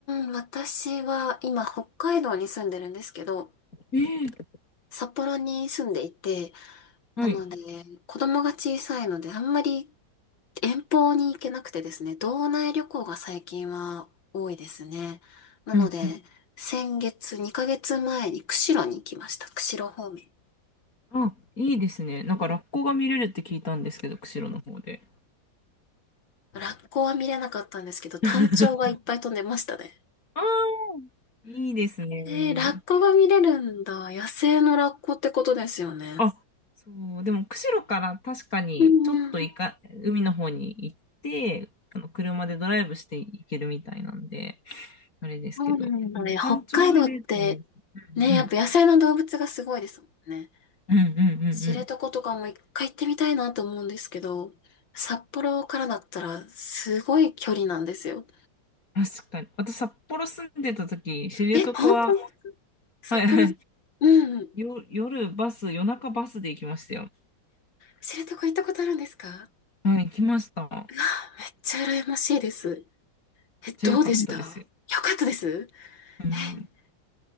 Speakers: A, on the left; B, on the left.
A: ん、私は今北海道に住んでるんですけど、
B: ええ
A: 札幌に住んでいて、
B: はい。
A: なので、子供が小さいのであんまり遠方に行けなくてですね、道内旅行が最近は多いですね。なので、
B: うん。
A: 先月、2ヶ月前に釧路に行きました。釧路方面。
B: あ、いいですね。なんか、ラッコが見れるって聞いたんですけど、釧路の方で。
A: ラッコは見れなかったんですけど、タンチョウがいっぱい飛んでましたね。
B: <laughs> あーいいですね。
A: えー、ラッコが見れるんだ。野生のラッコってことですよね。
B: あ、そう、でも釧路から確かにちょっといか、
A: うんうん。
B: 海の方に行って、あの車でドライブして行けるみたいなんで、あれですけど、
A: そうなんだね。
B: でも山頂目でってね
A: 北海道って、ね、
B: うん、
A: やっぱ野生の動物がすごいですもんね。
B: うん、うん、うん、
A: 知床とかも一回行ってみたいなと思うんですけど、
B: うん。
A: 札幌からだったらすごい距離なんですよ。
B: 確かに。私、札幌住んでた時、知床は、
A: え、本当に札幌、
B: はい、<laughs> は
A: うんうん。
B: いよ、夜バス、夜中バスで行きましたよ。
A: 知床行ったことあるんですか
B: はい、行きました。めっ
A: うわ、めっちゃ羨ましいです。え、どうでしたよ
B: ちゃ良かったですよ。
A: かったです
B: うん、
A: え、